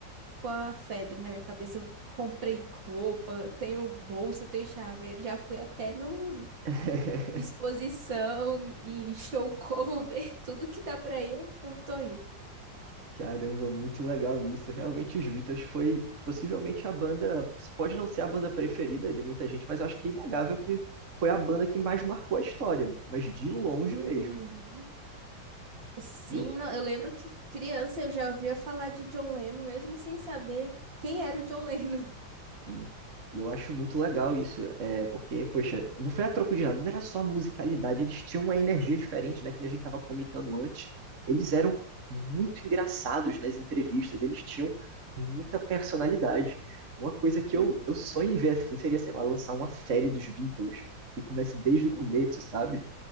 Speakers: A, on the right; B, on the right.
A: ficou a febre na minha cabeça. Eu comprei roupa, tenho bolsa, tenho chaveiro, já fui até numa
B: <laughs>
A: exposição, em show cover, <laughs> tudo que dá pra ir, eu, eu tô indo.
B: Caramba, muito legal isso. Realmente os Beatles foi possivelmente a banda, pode não ser a banda preferida de muita gente, mas eu acho que é inegável que foi a banda que mais marcou a história, mas de longe
A: Uhum.
B: mesmo.
A: Sim,
B: E eu
A: não, eu lembro que criança eu já ouvia falar de John Lennon, mesmo sem saber quem era o John Lennon.
B: Sim. E eu acho muito legal isso, é, porque, poxa, não foi a troco de nada, não era só a musicalidade, eles tinham uma energia diferente, né, que a gente estava comentando antes. Eles eram muito engraçados nas entrevistas, eles tinham muita personalidade. Uma coisa que
A: <laughs>
B: eu, eu sonho em ver, assim, seria, sei lá, lançar uma série dos Beatles, que comece desde o começo,
A: Uhum.
B: sabe?